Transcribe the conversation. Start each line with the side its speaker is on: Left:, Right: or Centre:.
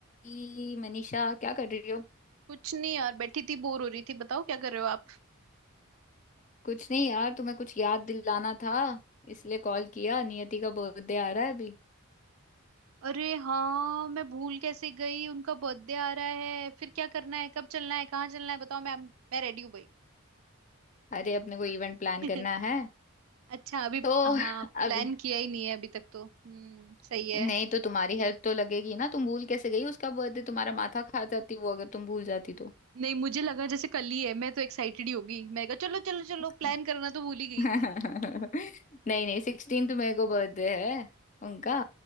Left: ई, मनीषा क्या कर रही हो
Right: कुछ नहीं यार बैठी थी बोर हो रही थी बताओ क्या कर रहे हो आप
Left: कुछ नहीं यार तुम्हें कुछ याद दिलाना था इसलिए कॉल किया नियति का बर्थडे आ रहा है अभी
Right: अरे हाँ मैं भूल कैसे गई उनका बर्थडे आ रहा है फिर क्या करना है कब चलना है कहाँ चलना है बताओ मैं मैं रेडी हूँ भाई
Left: अरे अपने को इवेंट प्लान
Right: <laughs>
Left: करना है
Right: अच्छा अभी
Left: तो
Right: हाँ
Left: <laughs>
Right: प्लान
Left: अभी
Right: किया ही नहीं है अभी तक तो हम्म सही है
Left: नहीं तो तुम्हारी हेल्प तो लगेगी ना तुम भूल कैसे गई उसका बर्थडे तुम्हारा माथा खा जाती वो अगर तुम भूल जाती तो
Right: नहीं मुझे लगा जैसे कल ही है मैं तो एक्साइटेड ही होगी मैंने कहा चलो चलो चलो
Left: <laughs>
Right: प्लान करना तो भूल ही गई
Left: नहीं नहीं सिक्सटीन तो मेरे को बर्थडे है उनका